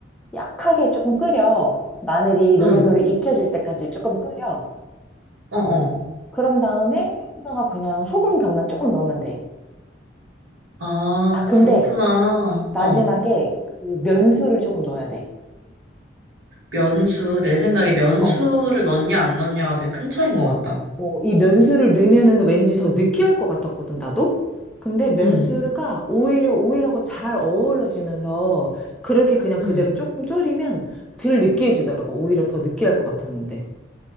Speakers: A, in the centre; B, on the right (about 75°).
A: 약하게 조금 끓여. 마늘이 노릇노릇
B: 응.
A: 익혀질 때까지 조금 끓여.
B: 어, 어.
A: 그런 다음에 여기다가 그냥 소금 간만 조금 넣으면 돼.
B: 아,
A: 아, 근데
B: 그렇구나.
A: 마지막에
B: 어.
A: 그 면수를 조금 넣어야 돼.
B: 면수, 내 생각에 면수를
A: 어.
B: 넣냐 안 넣냐가 되게 큰 차이인 것 같다.
A: 어, 이 면수를 넣으면은 왠지 더 느끼할 것 같았거든, 나도? 근데 면수가
B: 음,
A: 오히려 오일하고 잘 어우러지면서 그렇게 그냥
B: 음.
A: 그대로 조금 졸이면 덜 느끼해지더라고. 오히려 더 느끼할 것 같았는데.